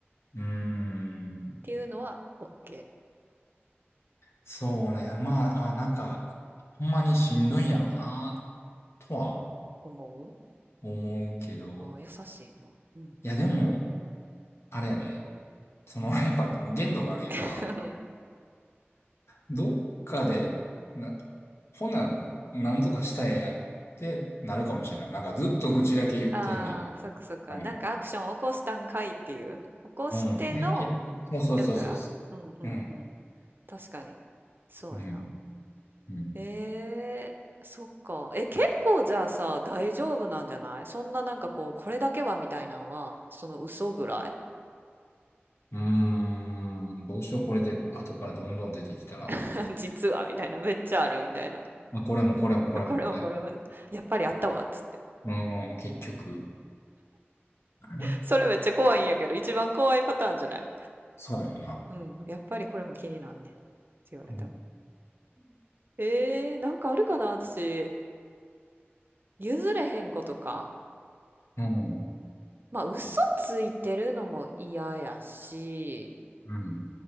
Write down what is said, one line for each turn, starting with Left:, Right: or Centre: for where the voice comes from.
Left: うーん、
Right: ていうのは、OK。
Left: そうね、まあ、あ、なんか、ほんまにしんどいんやろうな、とは
Right: 思う
Left: 思うけど、
Right: あー優しいな。うん。
Left: いや、でも、あれやで、その、<laughs> やっぱ限度があるやんか。
Right: <laughs>
Left: どっかで、な、ほな、なんとかしたいやんってなるかもしれない。なんかずっと愚痴だけ言ってんね
Right: ああ、そっかそっか。
Left: ん。うん
Right: なんかアクション起こしたんかいっていう。起こしての、
Left: うん、解決、そうそうそうそ
Right: やったらうんうんうん。
Left: う。うん、
Right: 確かに。そうやな。
Left: うん、うん。
Right: えー、そっか。え、結構じゃあさ、大丈夫なんじゃないそんななんかこう、これだけはみたいなのは、その嘘ぐらい
Left: うーん、どうしよう、これで、後からどんどん出てきたら。
Right: <laughs> 実はみたいな、めっちゃあるみたいな。
Left: まあ、これもこれもこれもみたい
Right: これもこれもね、やっぱりあったわっつって。
Left: な。うん、結局。うん
Right: それめっちゃ怖いんやけど、一番怖いパターンじゃない
Left: そうやんな。
Right: うん、やっぱりこれも気になんねん。って言われたら。
Left: うん、
Right: えー、なんかあるかな私。譲れへんことか。
Left: うん、
Right: まあ、嘘ついてるのも嫌やし、
Left: うん、